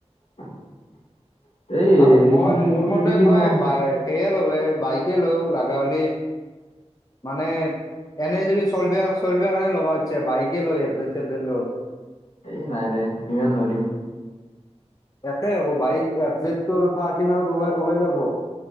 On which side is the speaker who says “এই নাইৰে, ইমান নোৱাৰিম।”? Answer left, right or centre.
Left